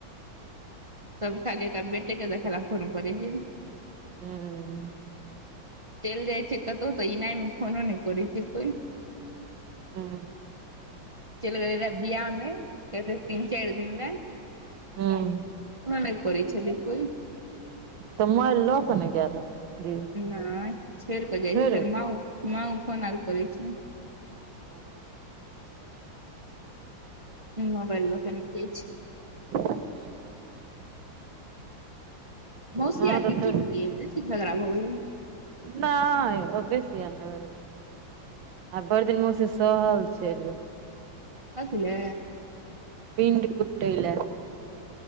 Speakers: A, on the right; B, on the right.
A: तब खाली एकरा बेटे के देख ला फोन करै छै।
B: हूं
A: चलि जाइ छै कतहु तऽ एना मे फोनो नहि करै छै कोइ
B: हूँ।
A: चइल गेल रहे बियाह मे एलै तीन चारि दिनमे
B: हूं
A: फोनो नहि करै छलै कोइ।
B: तऽ मोबाइल लऽक ने गेल जी
A: नहि छोड़ कऽ
B: छोड़ि
A: जाइ छै फेर मा उ मा फोन ऐल करै छै।
B: ह
A: मोबइल लक निकलै छै।
B: ह
A: मौसी
B: हँ
A: ऐल
B: तऽ
A: रैह की भेलैया बेसी झगड़ा भगेलै।
B: नहि ओ बेसी अनेवला छै आ भइड़ दिन मौसी सहल छैल।
A: कथे लै।
B: पीन्ड कतै लऽ।